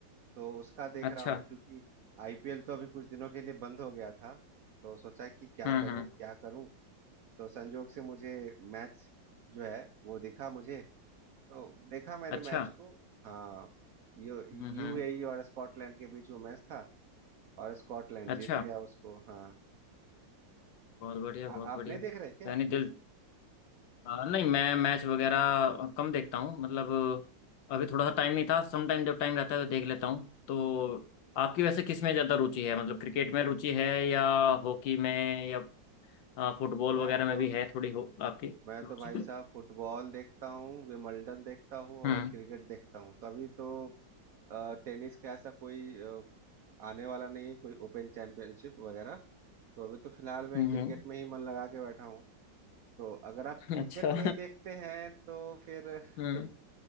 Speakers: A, on the right; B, on the left.
A: तो उसका देख
B: अच्छा
A: रहा हूँ क्योंकि आईपीएल तो अभी कुछ दिनों के लिए बंद हो गया था तो सोचा कि क्या
B: हम्म
A: करूँ
B: हम्म
A: क्या करूँ तो संजोग से मुझे मैच जो है वो दिखा मुझे तो देखा मैंने
B: अच्छा
A: मैच को हाँ यू यूएई
B: हम्म हम्म
A: और स्कॉटलैंड के बीच वो मैच था और स्कॉटलैंड जीत
B: अच्छा
A: गया उसको हाँ
B: बहुत बढ़िया
A: आ,
B: बहुत
A: आप
B: बढ़िया
A: नहीं देख रहे क्या
B: यानी दिल अ, नहीं मैं मैच वगैरह कम देखता हूँ मतलब अभी थोड़ा सा टाइम नहीं था सम टाइम जब टाइम रहता है तो देख लेता हूँ तो आपकी वैसे किस में ज़्यादा रुचि है मतलब क्रिकेट में रुचि है या हॉकी में या अ, फुटबॉल
A: मैं
B: वगैरह में
A: तो
B: भी है थोड़ी हो आपकी
A: मैं
B: रुचि
A: तो भाई साहब फुटबॉल देखता हूँ विमल्डन देखता हूँ और
B: हम्म
A: क्रिकेट देखता हूँ तो अभी तो अ, टेनिस का ऐसा कोई अ, आने वाला नहीं है कोई ओपन चैंपियनशिप वगैरह तो अभी तो फिलहाल मैं
B: हम्म
A: क्रिकेट में ही मन लगा के बैठा हूँ तो अगर आप
B: <laughs>
A: क्रिकेट
B: अच्छा
A: नहीं देखते हैं तो फिर <laughs>
B: हम्म